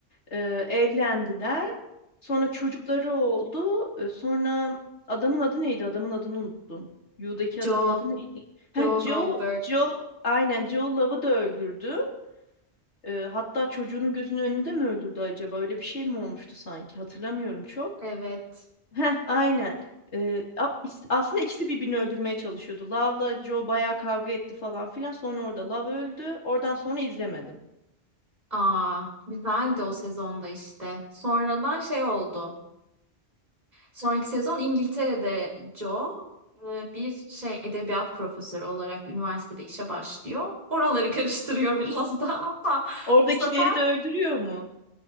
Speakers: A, on the left (about 80°); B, on the right (about 40°).
A: Ee, evlendiler. Sonra çocukları oldu. Ee, sonra adamın adı neydi? Adamın adını unuttum. Yu'daki
B: Joe,
A: adamın adı neydi?
B: Joe
A: Ha, Joe,
B: Goldberg.
A: Joe, aynen Joe Love'ı da öldürdü. Ee, hatta çocuğunun gözünün önünde mi öldürdü acaba? Öyle bir şey mi olmuştu sanki? Hatırlamıyorum çok.
B: Evet.
A: Heh, aynen. Ee, a- is- aslında ikisi birbirini öldürmeye çalışıyordu. Love'la Joe bayağı kavga etti falan filan. Sonra orada Love öldü. Oradan sonra izlemedim.
B: Aa, güzeldi o sezonda işte. Sonradan şey oldu. Sonraki sezon İngiltere'de Joe e, bir şey edebiyat profesörü olarak üniversitede işe başlıyor. Oraları <laughs> karıştırıyor biraz da <laughs> ama
A: Oradakileri
B: bu sefer
A: de öldürüyor mu?